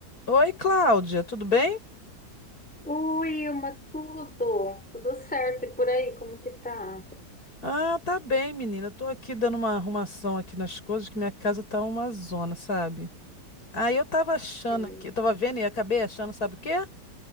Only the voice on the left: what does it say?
Oi, Cláudia, tudo bem?
Ah, tá bem, menina. Tô aqui dando uma arrumação aqui nas coisas, que minha casa tá uma zona, sabe? Aí eu tava achando
aqui, eu tava vendo e acabei achando, sabe o quê?